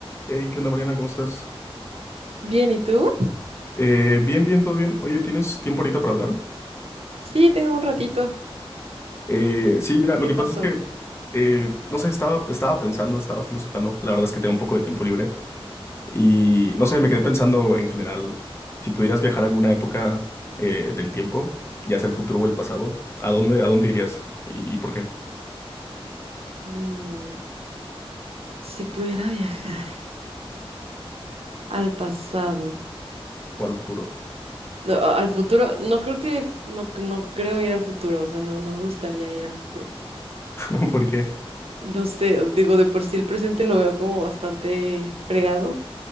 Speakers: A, on the left; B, on the right.
A: Hey, ¿qué onda, Mariana? ¿Cómo estás?
B: Bien, ¿y tú?
A: Eh, bien, bien, todo bien. Oye, ¿tienes tiempo ahorita para hablar?
B: Sí, tengo un ratito.
A: Eh, sí, mira, lo
B: ¿Qué
A: que
B: pasó?
A: pasa es que, eh, no sé, estaba, estaba pensando, estaba filosofando. La verdad es que tengo un poco de tiempo libre. Y, no sé, me quedé pensando en general, si pudieras viajar a alguna época eh, del tiempo, ya sea el futuro o el pasado, ¿a dónde, a dónde irías? ¿Y, y por qué?
B: Mm, si pudiera viajar al pasado,
A: ¿O al futuro?
B: no, a- al futuro, no creo que, f- no, no creo ir al futuro, o sea, no, no me gustaría ir al futuro.
A: <laughs> ¿Por qué?
B: No sé, digo, de por sí el presente lo veo como bastante fregado,